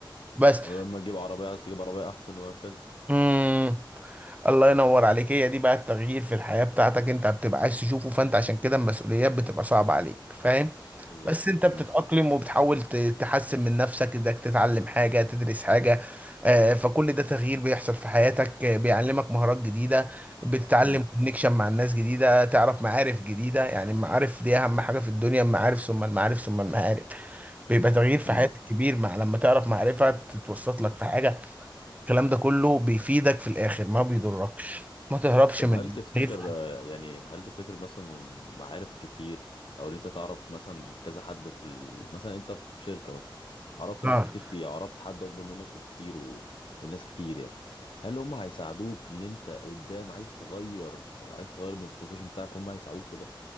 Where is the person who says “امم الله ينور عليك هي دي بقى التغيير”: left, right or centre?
Right